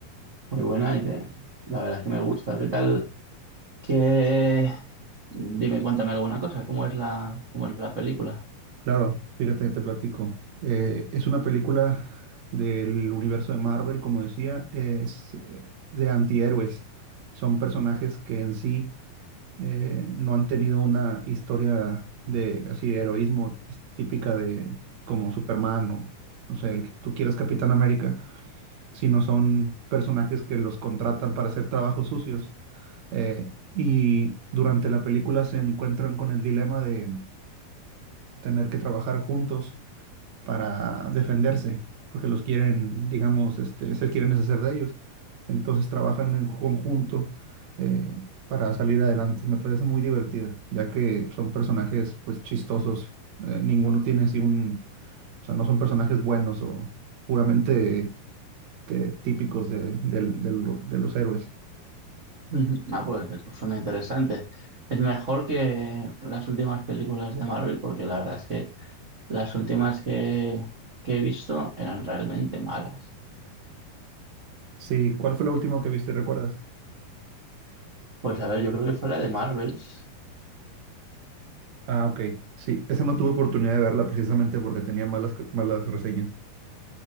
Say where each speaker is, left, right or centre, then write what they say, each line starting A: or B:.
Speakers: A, on the right; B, on the right.
A: Muy buena idea. La verdad es que me gusta. ¿Qué tal? Que... Dime, cuéntame alguna cosa. ¿Cómo es la, cómo es la película?
B: Claro, fíjate, te platico. Eh, es una película del universo de Marvel, como decía, es eh, de antihéroes. Son personajes que en sí eh, no han tenido una historia de así de heroísmo típica de como Superman o no sé, el que tú quieras Capitán América, sino son personajes que los contratan para hacer trabajos sucios. Eh, y durante la película se encuentran con el dilema de tener que trabajar juntos para defenderse, porque los quieren, digamos, este, se quieren deshacer de ellos. Entonces trabajan en conjunto eh, para salir adelante. Me parece muy divertida, ya que son personajes pues chistosos. Eh, ninguno tiene así un, o sea, no son personajes buenos o puramente que, típicos de, del- del- de los héroes.
A: <laughs> Ujú. Ah, pues suena interesante. Es mejor que las últimas películas de Marvel porque la verdad es que las últimas que, que he visto eran realmente malas.
B: Sí, ¿cuál fue la última que viste? ¿Recuerdas?
A: Pues a ver, yo creo que fue la de Marvels.
B: Ah, ok. Sí, esa no tuve oportunidad de verla precisamente porque tenía malas, malas reseñas.